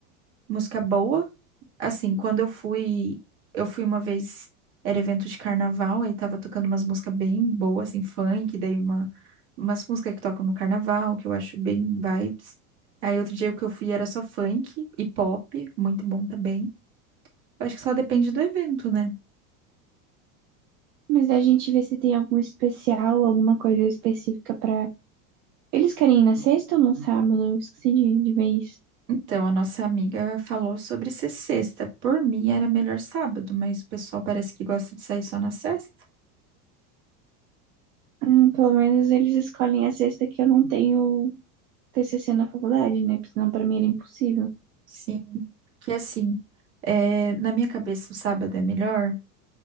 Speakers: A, on the right; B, on the right.
A: música boa. Assim, quando eu fui, eu fui uma vez, era evento de carnaval, aí tava tocando umas músicas bem boas, assim, funk, daí uma, umas músicas que tocam no carnaval, que eu acho bem vibes. Aí outro dia que eu fui era só funk e pop, muito bom também. Eu acho que só depende do evento, né?
B: Mas a gente vê se tem algum especial, alguma coisa específica pra. Eles querem ir na sexta ou no sábado? Eu Esqueci de, de vez.
A: Então, a nossa amiga falou sobre ser sexta. Por mim era melhor sábado, mas o pessoal parece que gosta de sair só na sexta.
B: Hum, pelo menos eles escolhem a sexta que eu não tenho TCC na faculdade, né? Porque senão pra mim era impossível.
A: Sim, que assim, é, na minha cabeça o sábado é melhor